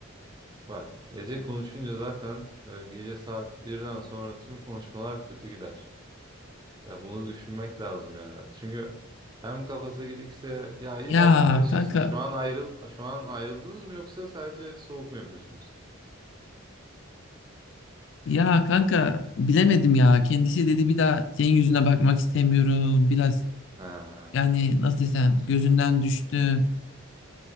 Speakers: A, on the right; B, on the left.
A: Bak gece konuşunca zaten e, gece saat birden sonra tüm konuşmalar kötü gider. Ya bunu düşünmek lazım ya. Çünkü hem kafası gidikse ya illa
B: Ya
A: ki barışırsınız.
B: kanka
A: Şu an ayrıl şu an ayrıldınız mı yoksa sadece soğuk mu yapıyorsunuz?
B: ya kanka bilemedim ya. Kendisi dedi bir daha senin yüzüne bakmak istemiyorum. Biraz
A: Ha.
B: yani nasıl desem gözünden düştün.